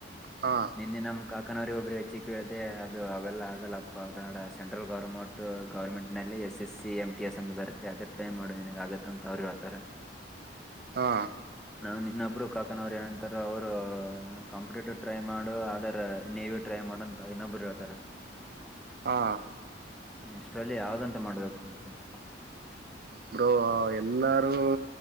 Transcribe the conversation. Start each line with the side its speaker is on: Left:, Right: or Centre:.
Right: ಹಾ
Centre: ನಿನ್ನೆ ನಮ ಕಾ ನರಿ ಒಬರಿ ವಿ ಕೇಳ್ದೆ ಅದು ಅವೆಲ್ಲ ಆಗಲ್ಲಪ್ಪಾಡ ಸೆಂಟ್ರಲ್ ಗೌರ್ಮೆಂಟ್ ಗವರ್ಮೆಂಟ್ ನಲ್ಲಿ S S M T S ಅಂದ ಬರುತ್ತೆ ಅದ ಟ್ರೈನ್ ಮಾಡೋ ನನ್ಗ್ ಆಗತ್ತ ಅಂತ ಅವ್ರು ಹೇಳ್ತಾರೆ
Right: ಹಾ
Centre: ನವು ನಿನ್ನ ಒಬ್ರು ಕಾಕನವರು ಏಂತಾರೆ ಅವರು ಕಂಪ್ಯೂಟಟರ್ ಟೈ ಮಾಡು ಅದರ ನೇವಿ ಟ್ರೈ ಮಾಡ ಇನ್ನೊಬ್ಬರು ಹೇಳ್ತಾರ
Right: ಹಾ
Centre: ಹ ಇಷ್ಟರಲ್ಲಿ ಯಾವ್ದಂತ ಮಾಡ್ಬೇಕುತದೆ ನೀ
Right: ಬ್ರೋ ಎಲ್ಲಾರೂ